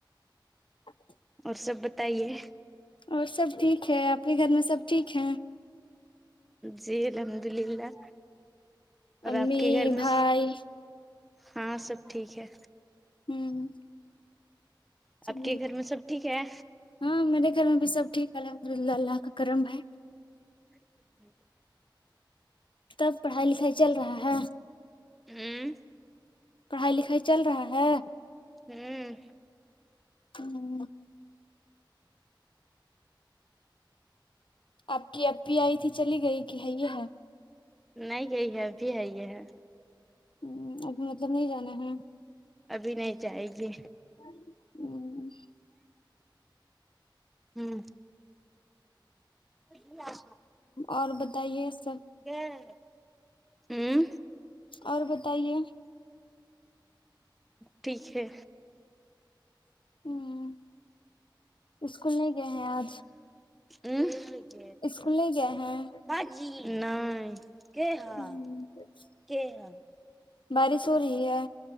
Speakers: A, on the left; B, in the centre.
A: <inaudible>
B: اور سب بتائیے
A: اور سب ٹھیک ہے آپ کے گھر میں سب ٹھیک ہے
B: جی الحمد للہ اور
A: امی
B: آپ کے گھر میں
A: بھائی
B: ہاں سب ٹھیک ہے
A: ہوں چلیے
B: آپ کے گھر میں سب ٹھیک ہے
A: ہاں میرے گھر میں بھی سب ٹھیک ہے الحمد اللہ اللہ کا کرم ہے
B: جی
A: تب پڑھائی لکھائی چل رہا ہے
B: ہوں
A: پڑھائی لکھائی چل رہا ہے
B: ہوں
A: ہوں آپ کی اپی آئی تھی چلی گئی کی ہے یہاں
B: نہیں گئی ہے ابھی ہے یہ ہے
A: ہوں اب مطلب نہیں جانا ہے
B: ابھی نہیں جائے گی
A: ہوں
B: ہوں جی ہاں
A: اور بتائیے سب
B: گئے ہوں
A: اور بتائیے
B: ٹھیک ہے
A: ہوں اسکول نہیں گئے ہیں آج
B: ہوں گ
A: اسکول نہیں گئے ہیں
B: باجی نہیں کہ ہاں
A: ہ <inaudible>
B: کہ ہا
A: بارش ہو رہی ہے